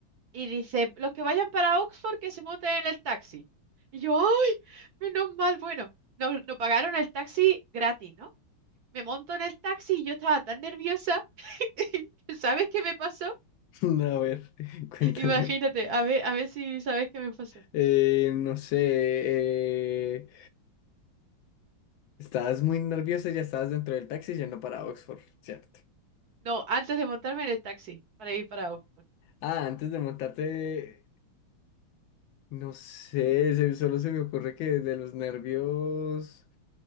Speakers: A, on the right; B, on the left.
A: Y dice, los que vayan para Oxford que se monten en el taxi. Y yo, ¡ay! Menos mal, bueno, no, no pagaron el taxi gratis, ¿no? Me monto en el taxi y yo estaba tan nerviosa. <laughs> ¿Sabes qué me pasó?
B: A ver, cuéntame.
A: Imagínate, a ver, a ver si sabes qué me pasó.
B: Eh, no sé. eh, Estabas muy nerviosa, ya estabas dentro del taxi yendo para Oxford, ¿cierto?
A: No, antes de montarme en el taxi para ir para Oxford.
B: Ah, antes de montarte, no sé, se- solo se me ocurre que de los nervios,